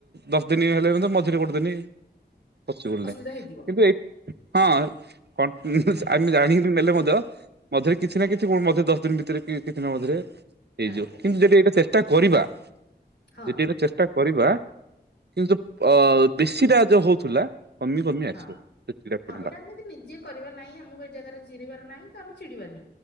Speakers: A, on the right; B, on the left.
A: ଦଶ ଦିନ ହେଲେ ମଝିରେ ଗୋଟେ ଦିନ। କରୁଚୁ ବୋଲି
B: ଅସୁବିଧା
A: ନାଇଁ
B: ହେଇଥିବ
A: କିନ୍ତୁ ଏଇ- ହଁ <unintelligible>
B: ଆଜ୍ଞା
A: ଆମେ ଜାଣିକି ନେଲେ ମଧ୍ୟ <unintelligible> କିଛି
B: ଆଜ୍ଞା
A: ନା କିଛି। ପୁଣି ମଧ୍ୟ ଦଶ ଦିନ ଭିତରେ କି କିଛି ଦିନ ମଧ୍ୟରେ ହେଇଯିବ
B: ଆଜ୍ଞା
A: କିନ୍ତୁ
B: ଆଜ୍ଞା
A: ଯଠି ଏଇଟା ଚେଷ୍ଟା
B: ଆଜ୍ଞା
A: କରିବା
B: ହଁ
A: ଯଦି ଏଇଟା ଚେଷ୍ଟା କରିବା କିନ୍ତୁ ଅ ବେଶୀ ଟା ଯୋଉ ହଉଥିଲା କମି କମି ଆସିବ
B: ହଁ
A: ସେ ଚିଡ଼ାପଣଟା
B: ହଁ ଏଇଟା ଆମେ ନିଜେ କରିବା ନାହିଁ ଆମକୁ ଏଇ ଜାଗାରେ ଚିରିବାର ନାହିଁ ତ ଆମେ ଚିଡିବାନି।